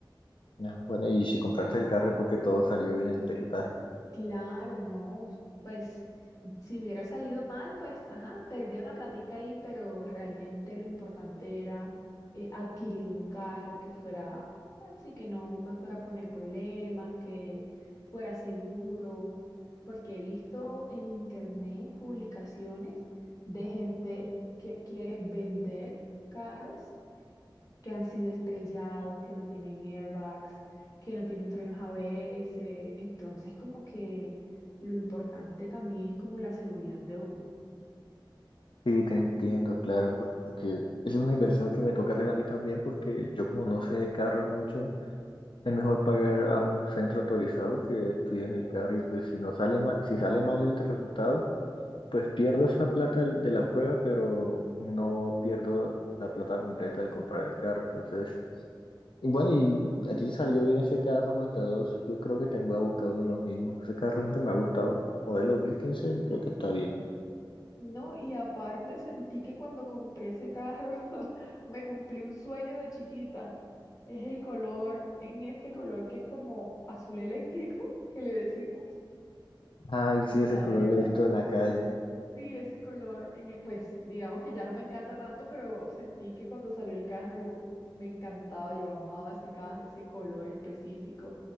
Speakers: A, on the left; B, on the left.
A: Ah, Bueno, y si compraste el carro es porque todo salió bien en el peritaje.
B: Claro, no, pues si hubiera salido mal, pues ajá, perdí una platica ahí, pero realmente lo importante era eh, adquirir un carro que fuera, así que no me fuera a poner problemas, que fuera seguro, porque he visto en internet publicaciones de gente que quiere vender carros que han sido estrellados, que no tienen airbags, que no tienen frenos ABS. Entonces, como que lo importante también es como la seguridad de uno.
A: Sí, te entiendo, claro, porque esa es una inversión que me toca hacer a mí también, porque yo como no sé de carros mucho, Es mejor pagar a un centro autorizado que estudie en el carro y pues si no sale mal, si sale mal el resultado, pues pierdo esa plata del- de la prueba, pero no pierdo la plata completa de comprar el carro. Entonces, bueno, y a ti te salió bien ese carro Mazda dos yo creo que te voy a buscar uno de los mismos. Ese carro siempre me ha gustado. Modelo dos mil quince creo que está bien.
B: No, y aparte sentí que cuando compré ese carro <laughs> me cumplí un sueño de chiquita. Es el color, en este color que es como azul eléctrico, que le decimos.
A: Ay,
B: Y
A: sí,
B: la
A: ese color
B: verdad,
A: lo he visto en la calle.
B: Sí, ese color, en e- pues digamos que ya no me encanta tanto, pero sentí que cuando salió el carro yo me encantaba, yo amaba ese carro, ese color específico.